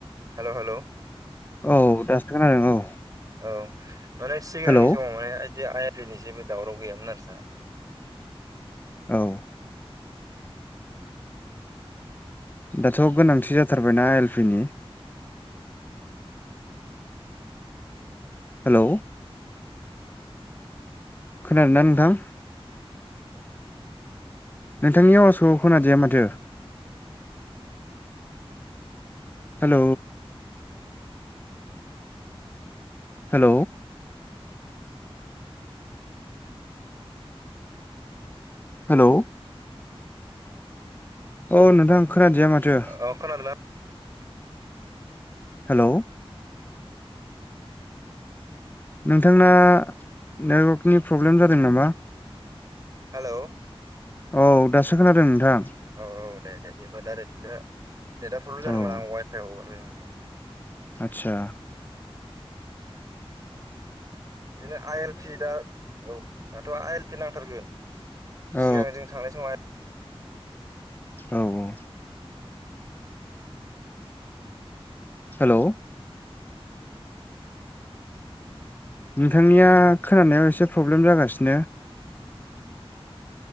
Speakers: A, on the right; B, on the left.
A: हेल हेल
B: औ दासो खोनांदों औ
A: औ माने सिगांनि
B: हेलौ
A: समाव माने जे आइ एल पि नि जेबो दावराव गैयामोन आरो हा
B: औ दाथ गोनांथि जाथारबायना आइ एल पि नि हेल खोनादोंना नोंथां नोंथांनि अआवाजखौ खोनादिया माथो हेल हेल हेल औ नोंथां खोनादिया माथो
A: औ खनादोंना
B: हेल नोंथांना नेटवर्कनि प्रब्लेम जादों नामा
A: हेल औ
B: औ दासो खोनादों नोंथां
A: औ दे दे देबा द आरोसिन्था नेटा प्रब्लेम जादोंमोन
B: औ
A: आं वाइफाइ हगारबाय
B: आतसा
A: बिदिनो आइ एल पि दा औ दाथ आइ एल पि नांथारगोन
B: औ
A: सिगां जों थांनाय समाव आ
B: औ औ हेल नोंथांनिया खोनानायाव एसे प्रब्लेम जागासिनो